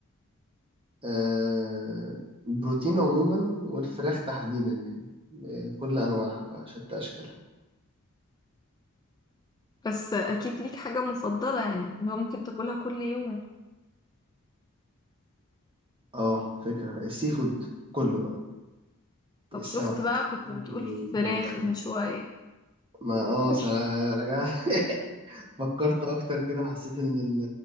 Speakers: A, on the right; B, on the left.
A: آه، البروتين عموما والفراخ تحديدا يعني بكل انواعها بقى شتى اشكالها
B: بس اكيد ليك حاجة مفضلة يعني هو ممكن تاكلها كل يوم
A: اه فكرة بقى السي فود كله بقى
B: طب
A: السمك
B: شفت بقى كنت
A: الجمبري
B: بتقول فراخ من شوية
A: ما اه
B: <laughs>
A: سر- رجع <laughs> فكرت اكتر كده حسيت ان ال...